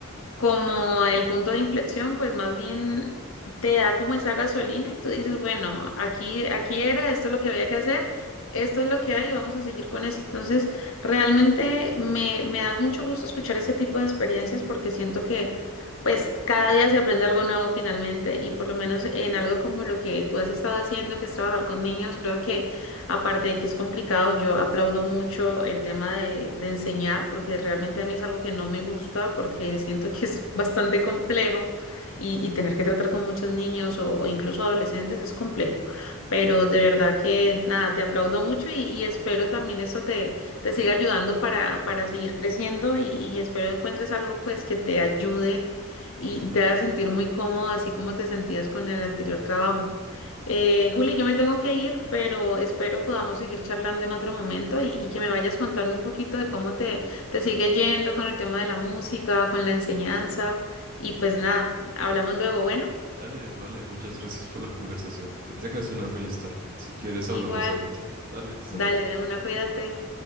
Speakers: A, on the left (about 65°); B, on the right (about 40°).
A: como el punto de inflexión, pues más bien te da como esa gasolina y tú dices, bueno, aquí, aquí era, esto es lo que había que hacer, esto es lo que hay, vamos a seguir con eso. Entonces, realmente me, me da mucho gusto escuchar ese tipo de experiencias porque siento que pues cada día se aprende algo nuevo finalmente y por lo menos en algo como lo que tú has estado haciendo, que es trabajar con niños, creo que Aparte de que es complicado, yo aplaudo mucho el tema de, de enseñar, porque realmente a mí es algo que no me gusta, porque siento que es bastante complejo y, y tener que tratar con muchos niños o, o incluso adolescentes es complejo. Pero de verdad que nada, te aplaudo mucho y, y espero también eso te, te siga ayudando para, para seguir creciendo y, y espero encuentres algo pues que te ayude y te haga sentir muy cómodo, así como te sentías con el anterior trabajo. Eh, Juli, yo me tengo que ir, pero espero podamos seguir charlando en otro momento y, y que me vayas contando un poquito de cómo te, te sigue yendo con el tema de la música, con la enseñanza. Y pues nada, hablamos luego. Bueno,
B: Dale, vale, muchas gracias por la conversación. Que tengas una feliz tarde. Si quieres,
A: igual,
B: hablamos ahorita. Dale, hasta
A: dale
B: luego.
A: de una, cuídate.